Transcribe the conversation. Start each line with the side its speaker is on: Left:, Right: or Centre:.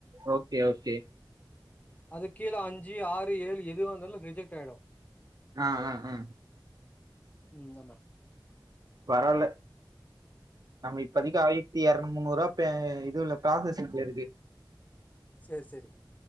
Right: ஓகே ஓகே
Left: அது கீழ அஞ்சு ஆறு ஏழு எதுவந்தாலு ரிஜெக்ட் ஆயிடோ
Right: ஆ ஆ ஆ
Left: ம் ஆமா
Right: வரல நம்ம இப்பதைக்கி ஆயிரத்தி எர நூத்து முன்னூறூபா பே இதுல ப்ராசஸிப்ல இருக்கு
Left: செரி செரி